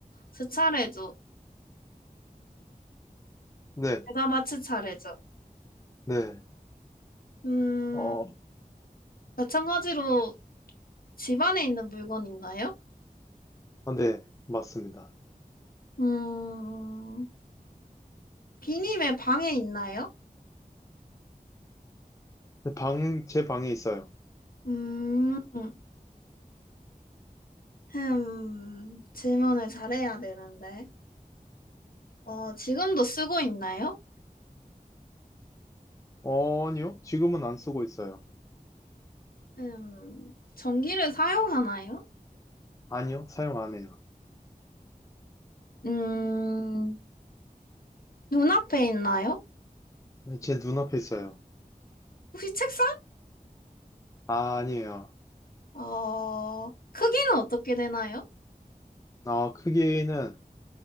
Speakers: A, on the left; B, on the left.
A: 제 차례죠.
B: 네,
A: 제가 마칠 차례죠.
B: 네.
A: 음,
B: 어,
A: 마찬가지로 집 안에 있는 물건인가요?
B: 아, 네, 맞습니다.
A: 음, 비님의 방에 있나요?
B: 방, 제 방에 있어요.
A: 음, 흠, 질문을 잘해야 되는데. 어, 지금도 쓰고 있나요?
B: 어, 아니요. 지금은 안 쓰고 있어요.
A: 음, 전기를 사용하나요?
B: 아니요. 사용 안 해요.
A: 음, 눈앞에 있나요?
B: 네, 제 눈앞에 있어요.
A: 혹시 책상
B: 아, 아니에요.
A: 어, 크기는 어떻게 되나요?
B: 어, 크기는,